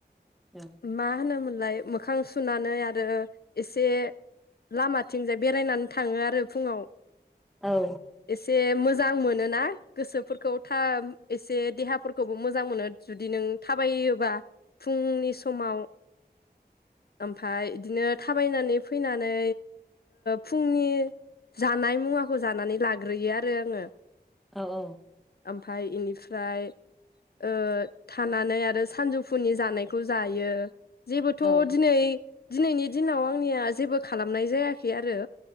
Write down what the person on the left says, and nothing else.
माहोनोमोनलाय? मोखां सुनानै आरो एसे लामाथिंजाय बेरायनानै थाङो आरो फुङाव
एसे मोजां मोनना गोसोफोरखौ था एसे देहाफोरखौबो मोजां मोनो जुदि नों थाबायोबा फुं बिलि समाव ओमफाय बिदिनो थाबायनानै फैनानै फुंनि जानाय मुवाखौ जानानै लाग्रोयो आरो आङो।
ओमफ्राय इनिफ्राय ओ थानानै आरो सानजौफुनि जानाय खौ जायो‌। जेबोथ'
दिनै दिनैनि दिनाव आंनिया जेबो खालामनाय जायाखै आरो